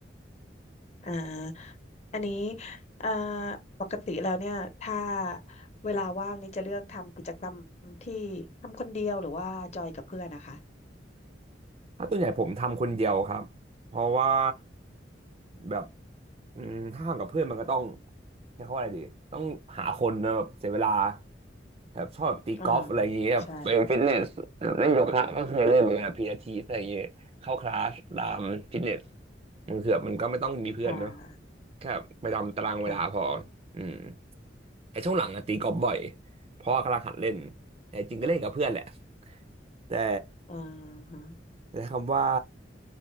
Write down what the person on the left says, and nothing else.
อ่าอันนี้อ่าปกติแล้วเนี่ยถ้าเวลาว่างนี่จะเลือกทำกิจกรรมที่ทำคนเดียวหรือว่าจอยกับเพื่อนนะคะ
อ่าใช่
ค่ะ
ค่ะ
อ่าฮะ